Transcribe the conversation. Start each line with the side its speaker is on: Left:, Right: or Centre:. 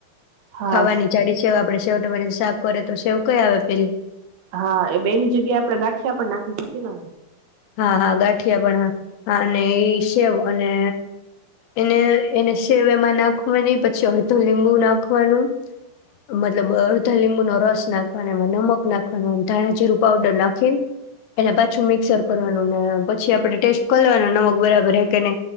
Right: હા
Left: ખાવાની જાડી શેવ આપડે શેવ ટમેટા નું શાક કરે તો શેવ. કઈ આવે પેલી?
Right: હા એ બેની જગ્યાએ આપડણે ગાંઠિયા પણ નાખી શકીએ ને?
Left: હા હા ગાંઠિયા પણ હા અને એ સેવ અને એને એને સેવમાં નાખવાની પછી અડધું લીંબુ નાખવાનું મતલબ અડધો લીંબુનો રસ નાખવાનોમાં નમક નાખવાનો ધાણાજીીરું પાવડર નાખી એને પાછું મિક્સર કરવાનું ને પછી આપણે ટેસ્ટ કર લેવાનું નમક બરાબર હે કે નઇ